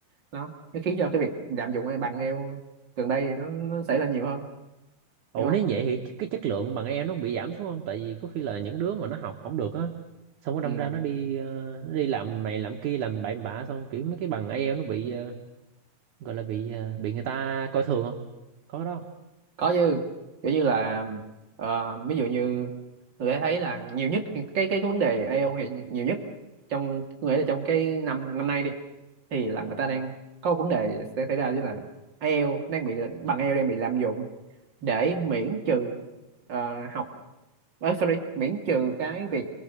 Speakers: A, on the right; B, on the right.
A: nó nó khiến cho cái việc lạm dụng bằng IELTS gần đây nó, nó xảy ra nhiều hơn
B: Ủa
A: hiểu
B: nếu
A: không
B: vậy thì cái chất lượng bằng em nó bị giảm xuống không? Tại vì có khi là những đứa mà nó học không được á, xong nó đâm
A: ừ.
B: ra nó đi ờ, nó đi làm này làm kia làm bậy bạ xong kiểu mấy cái bằng IELTS nó bị ờ, gọi là bị ờ, bị người ta coi thường không? Có cái đó không?
A: có chứ kiểu như là ờ, ví dụ như người ta thấy là nhiều nhất cái cái cái vấn đề AO hiện nhiều nhất trong nghĩa là trong cái năm năm nay đi thì là người ta đang có một vấn đề sẽ xảy ra với là IELTS đang bị bằng IELTS đang bị lạm dụng để miễn trừ ờ, học Ờ, sorry, miễn trừ cái việc